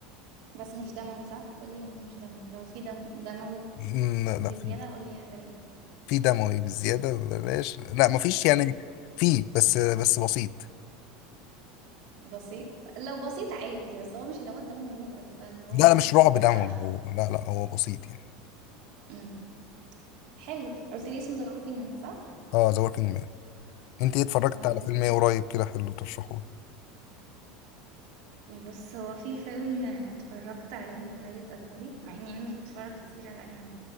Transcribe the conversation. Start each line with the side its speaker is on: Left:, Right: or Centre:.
Right: بس مش دموي صح قولي انه مش دموي لو في دم دموي
Left: مم، لا لا،
Right: بزيادة
Left: في
Right: قولي يعني بلاش
Left: في دموي بالزياده بلاش لا مفيش يعني
Right: ايه ده
Left: في بس بس بسيط
Right: بسيط لو بسيط عادي بس هو مش اللي هو الدموي المقرف ده اللي هو
Left: لا لا مش رعب
Right: بيبقى
Left: دموي
Right: خ-
Left: هو لا لا هو بسيط يعني
Right: مم. حلو قلت لي اسمه ذا وركينج مان صح
Left: اه ذا وركينج مان انت ايه اتفرجت
Right: تمام
Left: على فيلم ايه قريب كده حلو ترشحوه
Right: بص هو في فيلم اتفرجت عليه من قريب اجنبي مع اني يعني مش بتفرج كتير على اجنبي